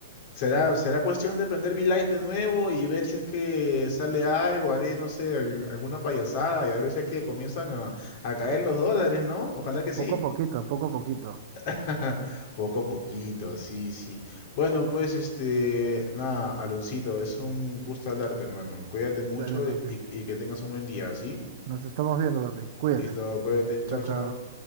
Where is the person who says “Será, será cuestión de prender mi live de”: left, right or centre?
Left